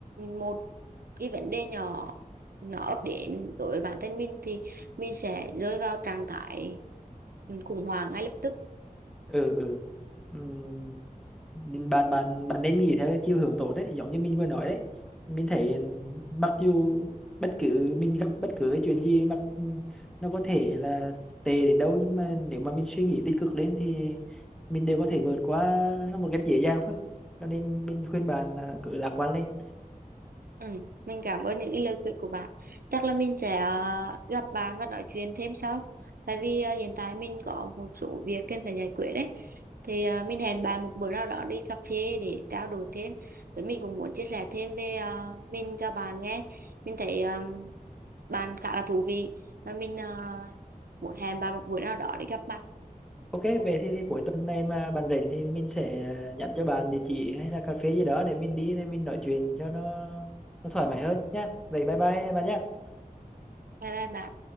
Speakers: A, on the right; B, in the centre.
A: một cái vấn đề nhỏ nó ập đến đối với bản thân mình thì mình sẽ rơi vào trạng thái khủng hoảng ngay lập tức
B: ừ ừ Ừm, nên bạn bạn bạn nên nghĩ theo cái chiều hướng tốt đấy giống như mình vừa nói đấy mình thấy ừ, mặc dù bất cứ mình gặp bất cứ cái chuyện gì mặc nó có thể là tệ đến đâu nhưng mà nếu mà mình suy nghĩ tích cực lên thì mình đều có thể vượt qua nó một cách dễ dàng thôi cho nên mình khuyên bạn là cứ lạc quan lên
A: Ừ, mình cảm ơn những cái lời khuyên của bạn. Chắc là mình sẽ ờ, gặp bạn và nói chuyện thêm sau. Tại vì ờ, hiện tại mình có một số việc cần phải giải quyết đấy. Thì ờ, mình hẹn bạn một bữa nào đó đi cà phê để trao đổi thêm. Với mình cũng muốn chia sẻ thêm về ờ, mình cho bạn nghe. Mình thấy ờ, bạn khá là thú vị và mình ờ, muốn hẹn bạn một bữa nào đó để gặp mặt.
B: ok về
A: Ok.
B: thì, thì cuối tuần này mà bạn rảnh thì mình sẽ ờ, nhắn cho bạn địa chỉ hay là cà phê gì đó để mình đi để mình nói chuyện cho nó nó thoải mái hơn nhá vậy bye bye bạn nhá
A: Bye bye bạn.